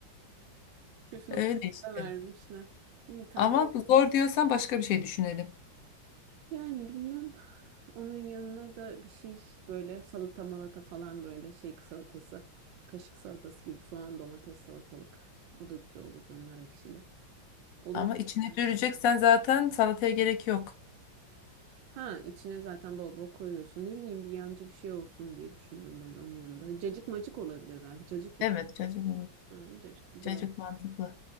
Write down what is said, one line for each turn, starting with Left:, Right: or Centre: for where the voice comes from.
Right: Püf
Left: <laughs>
Right: noktada
Left: Öyle işte.
Right: vermişler. İyi tantuni.
Left: Ama bu zor diyorsan başka bir şey düşünelim.
Right: Yani bilmem onun yanına da bir şey böyle salata malata falan böyle şey salatası. Kaşık salatası gibi soğan domates salatalık. O da güzel olur böyle nar ekşili. Olabilir
Left: Ama içine
Right: yani.
Left: düreceksen zaten salataya gerek yok.
Right: Ha içine zaten bol bol koyuyorsun. Ne bileyim bir yancı bir şey olsun diye düşündüm böyle onun yanında. Cacık macık olabilir belki. Cacık yapayım.
Left: Evet çocuk,
Right: Hı, cacık güzel
Left: cacık
Right: olur.
Left: mantıklı.